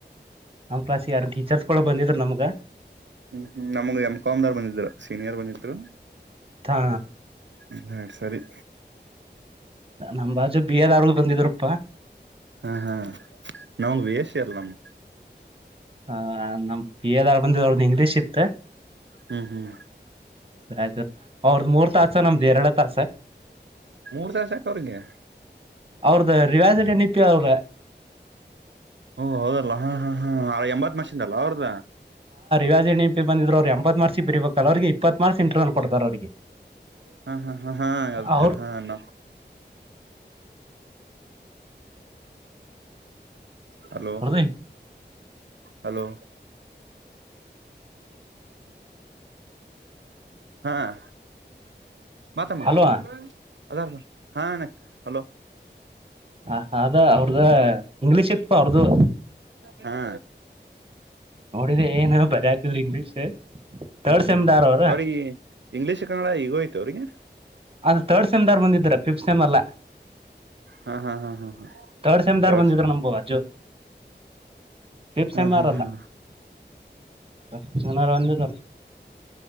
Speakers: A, on the right (about 30°); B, on the right (about 85°).
A: ನಮ್ಮ ಕ್ಲಸ್ ಯಾರು ಟೀಚರ್ಸ್ ಕಕ್ಕಳ ಬಂದಿದ್ರ ನಮ್ಗ
B: ಹ್ಮ್್ಮ ನಮಗ ಎಮ್ ಕಾಮ ದಾರ್ ಬಂದಿದ್ರ ಸೀನಿಯರ್ ಬಂದಿದರು
A: ಹಾ
B: ಹಾ ನಡ್ಸರಿ
A: ನಮ್ ಬಾಜು ಬಿಎ ದಾರು ಬಂದಿದ್ರಪ್ಪಾ
B: ಹಾ ಹಾ. ನಮಗ್ ವೇಷ ಇರಲಮ್ಮ್.
A: ಹ ನಮ ಪೇಲ್ ಆಗಿ ಬಂದಿದ್ ಅವರದ ಇಂಗ್ಲೀಷ್ ಇತ್ತ.
B: ಹ್ಮ್ ಹ್ಮ್
A: ಆಯ್ತು ಅವ್ರದ ಮೂರ್ ತಾಸ ನಮ್ದು ಎರಡು ತಾಸ.
B: ಮೂರ್ ತಾಸ ಯಾಕ ಅವ್ರಿಗೆ.
A: ಅವ್ರ್ದ ರಿವಾಜಟ್ ಎನಿ ಪಿ ಅವ್ರ.
B: ಓ ಹೌದಲ್ಲ ಹಾ ಹಾ ಹಾ ಎಂಬತ್ ಮಷಿಂದಲ್ಲ ಅವ್ರದ್ದ.
A: ವಾಜ ಬಂದ್ರು ಅವರು ಎಂಬತ್ ಮಾಡಸಿ ಬರ್ಬೇಕಲ್ಲ ಅವರಿಗೆ ಇಪ್ಪತ್ ಮಾರ್ಸ್ ಇಂಟರ್ನಲ್. ಕೊಡ್ತಾರ ಅವ್ರಿಗೆ
B: ಹಾ ಹಾ ಹ ಹಾ ಅದಕ
A: ಅವ್ರ
B: ಹಾ ನ. ಹಲೋ
A: ಅವ್ರದ
B: ಹಲೋ. ಹಾಂ. ಬಾ ತಮ್ಮ.
A: ಹಲೋ
B: ಅದಾನ ಬಾ ಹಾ ಅಣ್ಣಾ ಹಲೋ.
A: ಹ ಅದ ಅವ್ರದ್ದ. ಇಂಗ್ಲೀಷ್ ಇತ್ತಪ್ಪ ಅವ್ರದು.
B: ಹಾ.
A: ನೋಡಿದ್ರ ಏನೇನೋ ಬರ್ಯತಿದ್ರ ಇಂಗ್ಲೀಷ್. ತರ್ಡ್
B: ಹ್ಮ್ ಹ್ಮ್
A: ಸೆಮ್ದಾರ್ ಅವ್ರ
B: ಅವ್ರೀ ಇಂಗ್ಲೀಷ್ ಕನ್ನಡ ಈಗ್ಲೂ ಐತಿ ಅವ್ರಿಗೆ.
A: ಅದ ತರ್ಡ್ ಸೆಮ್ ದಾರ್ ಬಂದಿದ್ದೀರಾ ಫಿಫತ್ ಸೆಮ್ ಅಲ್ಲಾ.
B: ಹಾ ಹಾ ಹಾ ಹಾ ಹಾ
A: ಥರ್ಡ್ ಸೆಮ್ಟಾರ್
B: ತರ್ಡ್
A: ಬಂದಿದರು
B: ಸೆಮ್
A: ನಮ ಬಾಜು ಫಿಫತ್ ಸೆಮಾರ್
B: ಹಾ ಹಾ
A: ಅಲ್ಲನಂದಿದ.
B: ಹಾ